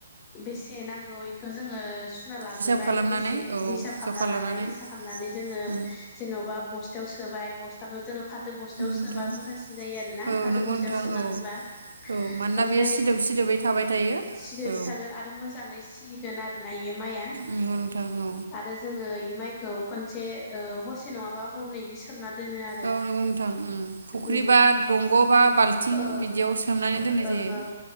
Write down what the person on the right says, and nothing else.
हिसाब खालामनानै
औ
जखा
लानानै
उम
नोंथां
औ
नंगौ
नोंथां
औ
औ मानोना
बेयो सिदोब सिदोबै थाबाय थायो
औ
नंगौ नोंथां औ
औ नंगौ नोंथां उम फुख्रि
बा दंग' बा बाल्थिं
बिदियाव सोमनानै दोननाय
जायो